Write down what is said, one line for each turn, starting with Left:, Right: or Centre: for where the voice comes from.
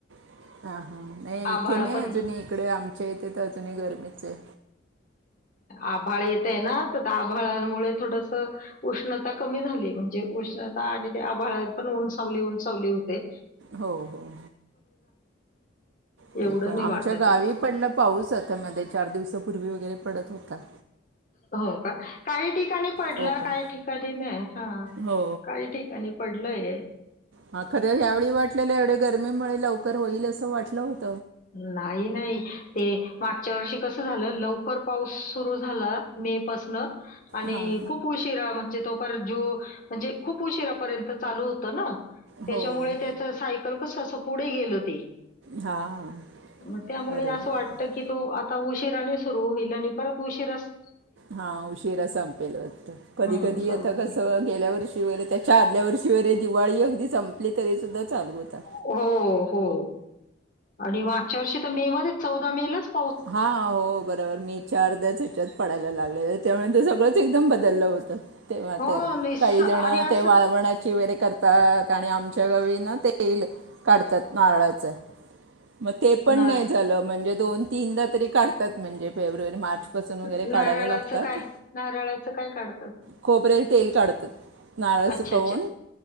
Right: अ हा नाही
Left: आभाळ
Right: इथे नाही
Left: पण
Right: अजून इकडे आमच्या इथे तर अजूनही गरमीच आहे
Left: आभाळ येतंय ना तर त्या आभाळांमुळे थोडस उष्णता कमी झालीया म्हणजे उष्णता आणि त्या आभाळ पण ऊनसावली ऊनसावली होतेयं
Right: हो हो ते
Left: एवढं
Right: पण आमच्या
Left: नाही वाटत
Right: गावी
Left: आहे.
Right: पडला पाऊस आता मध्ये चार दिवसापूर्वी वगैरे पडत होतात
Left: हो का काही ठिकाणी पडला
Right: कोकण
Left: काही ठिकाणी नाही हा
Right: हो
Left: काही ठिकाणी पडलंय
Right: हा खरं ह्यावेळी वाटलेलं एवढ्या गर्मीमुळे लवकर होईल असं वाटलं होत
Left: नाही नाही ते मागच्या वर्षी कसं झालं लवकर खर पाऊस सुरू झाला मे पासन आणि
Right: हां
Left: खूप उशिरा म्हणजे तो पर जो म्हणजे खूप उशिरापर्यंत चालू होतं ना त्याच्यामुळे
Right: हो
Left: त्याचं सायकल कसं असं पुढे गेल ते
Right: हां
Left: म त्यामुळे
Right: बरोबर
Left: असं वाटत की तू आ उशिराने सुरू होईल आणि परत उशिरा स
Right: हा उशिरा संपेल वाटतं कधी
Left: हं,
Right: कधी
Left: संपेल.
Right: येतं कसं गेल्या वर्षी वगैरे त्याच्या आदल्या वर्षी वरे दिवाळी अगदी सं पली तरी सुद्धा चालू होता
Left: हो, हो. आणि मागच्या वर्षी तर मे मध्येच चौदा मे लाचं
Right: हा हा हो हो बरोबर मी च अर्ध्याच हच्यात पडायला लागलेलं त्यामुळे सगळंच एकदम बदललं होत तेव्हा
Left: हो,
Right: तर
Left: निस
Right: काही
Left: आणि
Right: जण
Left: असं
Right: ते वाळवणाची वगैरे कर तात आणि आमच्या गावी ना तेल काढतात नारळाचं म ते पण
Left: ना
Right: नाही झालं म्हणजे दोन तीनदा तरी काढतात म्हणजे फेब्रुवारी, मार्च बसून वगैरे
Left: नारळाचं
Right: काढायला लागतात
Left: काय? नारळाचं काय काढतात?
Right: खोबरे तेल काढतात, नरळ
Left: अच्छा,
Right: सुकवून,
Left: अच्छा.